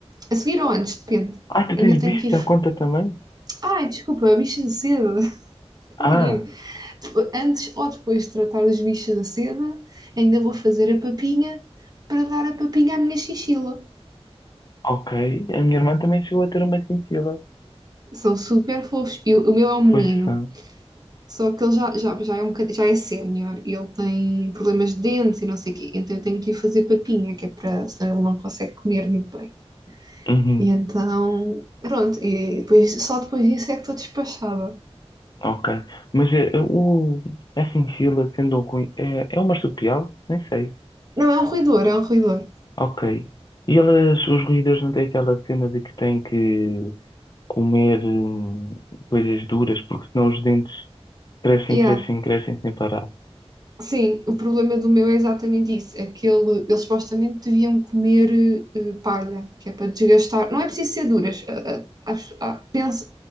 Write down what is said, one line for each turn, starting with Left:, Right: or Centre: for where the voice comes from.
Right: a seguir ou antes, depende,
Left: Ah, tu tens
Right: ainda tenho
Left: bicho
Right: que ir.
Left: da conta também?
Right: Ai, desculpa, bicho da seda. <laughs>
Left: Ah,
Right: Enganei-me. Depo- Antes ou depois de tratar os bichos da seda, ainda vou fazer a papinha para dar a papinha à minha chinchila.
Left: ok. A minha irmã também chegou a ter uma cintila.
Right: São super fofos. E o, o meu é um menino,
Left: Pois são.
Right: só que ele já, já, já é um bocad- já é sénior e ele tem problemas de dentes e não sei o quê. Então eu tenho que lhe fazer papinha, que é para, senão ele não consegue comer muito bem.
Left: Uhum,
Right: E então, pronto, e depois, só depois disso é que estou despachada.
Left: ok. Mas é, o, a cintila, sendo um ruim, é, é uma marsupial? Nem sei.
Right: Não, é um ruidor, é um ruidor.
Left: Ok. E elas, os ruídos não têm aquela cena de que têm que comer hum, coisas duras, porque senão os dentes crescem,
Right: Yeah.
Left: crescem, crescem sem parar.
Right: Sim, o problema do meu é exatamente isso. É que ele, eles supostamente deviam comer eh, palha, que é para desgastar. Não é preciso ser duras. ah, ah, acho- ah, penso,